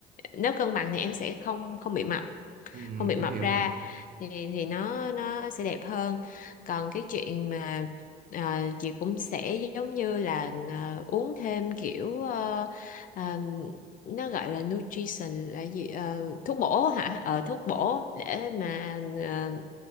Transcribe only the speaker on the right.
Ừm,
em
hiểu
rồi.